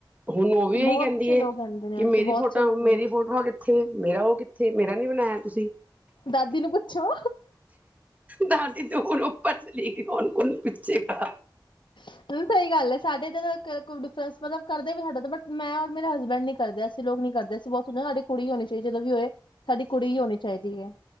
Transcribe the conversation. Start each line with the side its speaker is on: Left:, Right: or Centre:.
Right: ਹੁਣ ਉਹ ਵੀ ਇਹੀ
Left: ਬਹੁਤ
Right: ਕਹਿੰਦੀ
Left: ਸੇ
Right: ਹੈ
Left: ਲੋਕ ਕਹਿੰਦੇ ਨੇ
Right: ਕਿ
Left: ਐਸੇ
Right: ਮੇਰੀ
Left: ਬਹੁਤ
Right: ਫੋਟੋ
Left: ਸੇ ਲੋਕ
Right: ਮੇਰੀ ਫੋਟੋਆਂ ਕਿ ਕਿੱਥੇ ਮੇਰਾ ਉਹ ਕਿੱਥੇ ਮੇਰਾ ਨਹੀਂ ਬਣਾਇਆ ਤੁਸੀਂ
Left: ਦਾਦੀ ਨੂੰ ਪੁੱਛੋ
Right: ਦਾਦੀ ਤਾਂ ਹੁਣ ਉਪਰ ਚਲੀ ਗਈ ਕੌਣ ਕੌਣ ਪਿੱਛੇ ਕ
Left: ਸਹੀ ਗੱਲ ਹੈ ਸਾਡੇ ਤਾਂ ਡਿਫਰੈਂਸ ਮਤਲਬ ਕਰਦੇ ਵੀ ਸਾਡੇ ਬਟ ਮੈਂ ਔਰ ਮੇਰੇ ਹਸਬੈਂਡ ਨੀ ਕਰਦੇ ਅਸੀਂ ਲੋਕ ਨੀ ਕਰਦੇ ਅਸੀਂ ਬਹੁਤ ਸ ਸਾਡੀ ਕੁੜੀ ਹੀ ਹੋਣੀ ਚਾਹੀਦੀ ਜਦੋਂ ਵੀ ਹੋਏ ਸਾਡੀ ਕੁੜੀ ਹੀ ਹੋਣੀ ਚਾਹੀਦੀ ਹੈ